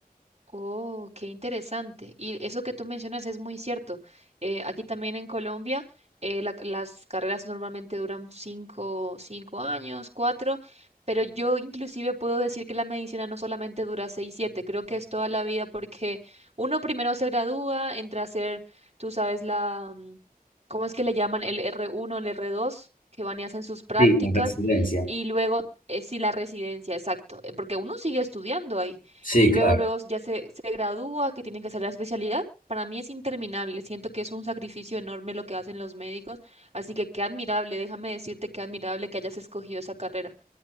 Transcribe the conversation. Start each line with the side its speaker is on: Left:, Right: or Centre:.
Right: Oh, qué interesante. Y eso que tú mencionas es muy cierto. Eh, aquí también en Colombia, eh, la- las carreras normalmente duran cinco, cinco años, cuatro, pero yo inclusive puedo decir que la medicina no solamente dura seis, siete, creo que es toda la vida porque uno primero se gradúa, entra a hacer, tú sabes, la, mm, ¿cómo es que le llaman? El r uno, el r dos, que van y hacen sus prácticas,
Left: Sí, con residencia.
Right: y luego, eh, sí, la residencia, exacto, eh, porque uno sigue estudiando ahí
Left: Sí,
Right: y luego,
Left: claro.
Right: luego ya se, se gradúa, que tienen que hacer la especialidad. Para mí es interminable, siento que es un sacrificio enorme lo que hacen los médicos, así que qué admirable, déjame decirte qué admirable que hayas escogido esa carrera.